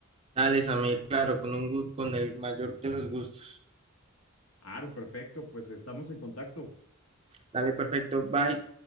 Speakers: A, on the right; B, on the left.
A: Dale, Samir, claro, con un, gu- con el mayor de los gustos.
B: Aro, perfecto, pues estamos en contacto.
A: Dale, perfecto, bye.